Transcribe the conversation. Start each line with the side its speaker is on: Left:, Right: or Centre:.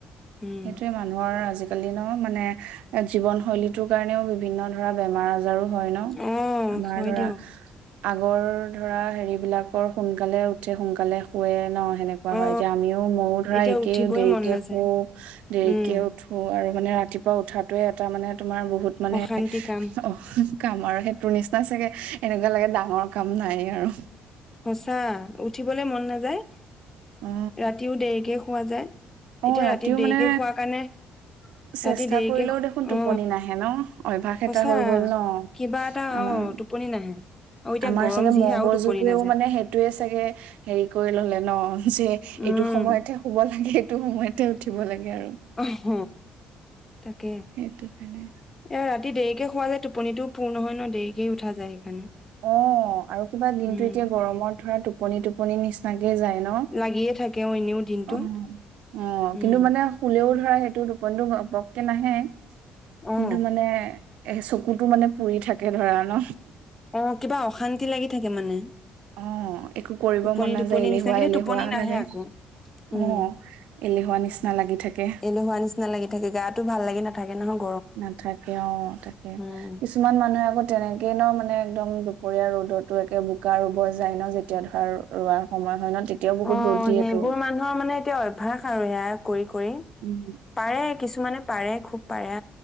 Left: উম
Right: সেইটোৱে মানুহৰ আজি দিনৰ মানে এ জীৱনশৈলীটোৰ কাৰণেও বিভিন্ন ধৰা বেমাৰ আজাৰ বজাৰো হয় ন'
Left: অ
Right: আমাৰ
Left: হয়
Right: ধৰা
Left: দিয়ক
Right: আগৰ ধৰা হেৰি বিলাকৰ সোনকালে উঠে সোনকালে শুৱে ন'। সেনেকুৱা
Left: অ
Right: হয় যে আমিও ময়ো ধৰা
Left: এতিয়া
Right: একেই
Left: উঠিবই
Right: দেৰিকে
Left: মন নাযায়
Right: শু। দেৰিকে
Left: উম
Right: উঠো আৰু মানে ৰাতিপুৱা উঠাটোৱে এটা মানে তোমাৰ বহুত মানে
Left: অশান্তি কাম
Right: অ', কাম আৰু সেইটোৰ নিচিনা চাগে এনেকুৱা লাগে ডাঙৰ কাম নাই আৰু
Left: সচা উঠিবলৈ মন নাযায়,
Right: অ
Left: ৰাতিও দেৰিকে পোৱা যায়।
Right: অ',
Left: এতিয়া
Right: ৰাতিও
Left: ৰাতি দেৰিকে
Right: মানে
Left: খোৱাৰ কাৰণে
Right: চেষ্টা
Left: ৰাতি দেৰিকে
Right: কৰিলেও দেখোন
Left: অ
Right: টোপনি নাহে ন অভ্যাস
Left: সঁচা
Right: এটা হৈ গল ন'
Left: কিবা এটা
Right: আমাৰ।
Left: অ টোপনি নাহে আৰু এতিয়া
Right: আমাৰ
Left: গৰম
Right: চাগে
Left: যিহে
Right: মগজুটোৱেও
Left: আৰু টোপনি নাযায়।
Right: মানে সেইটোয়ে চাগে হেৰি কৰি ললে ন যে
Left: উম
Right: এইটো সময়তহে শুব ল সেইটো সময়তে উঠিব লাগে আৰু
Left: অহ, তাকে এ
Right: সেইটো কাৰণে।
Left: ৰাতি দেৰিকে শুৱা যে টোপনিটো পূৰ্ণ হয় ন', দেৰিকে উঠা যায় সেইকাৰণে।
Right: অ আৰু কিবা দিনতটো
Left: উম।
Right: এতিয়া গৰমত ধৰা টো পনি টোপনি নিচিনাক যায় ন'?
Left: লাগিয়ে থাকে অ এনেও দিনটো।
Right: অ',
Left: উম।
Right: কিন্তু মানে শুলেও তাৰ সেইটো টোপনিটো মপককে নাহে।
Left: অ',
Right: কিন্তু মানে এ, চকুতো মানে পুৰি থাকে ধৰা ন'।
Left: অ', কিবা অশান্তি লাগি থাকে মানে।
Right: অ একো কৰিব
Left: টোপনি,
Right: মন নাযায়
Left: টোপনি
Right: এলেহুৱা
Left: নিচিনা কিন্ত
Right: এলেহুৱা
Left: টোপনি নাহে
Right: লাগে
Left: আকৌ, উম,
Right: অ এলেহুৱা নিচিনা লাগি থাকে
Left: এলেহুৱা নিচিনা লাগি থাকে গাতো ভাল লাগি নাথাকে। <unintelligible>
Right: নাথাকে অ', তাকে,
Left: উম।
Right: কিছুমান মানুহে আকৌ তেনেকে ন' মানে একদম দুপৰীয়া ৰ'দতো একে বোকা ৰুব যায় ন', যেতিয়া ধৰা ৰোৱাৰ সময় হয় ন' তেতিয়াও বহুত
Left: অ',
Right: ৰ'দ দিয়েতো।
Left: সেইবোৰ মানুহৰ মানে এতিয়া অভ্যাস আৰু সেয়া কৰি, কৰি।
Right: উম।
Left: পাৰে কিছুমানে পাৰে খু খুব পাৰে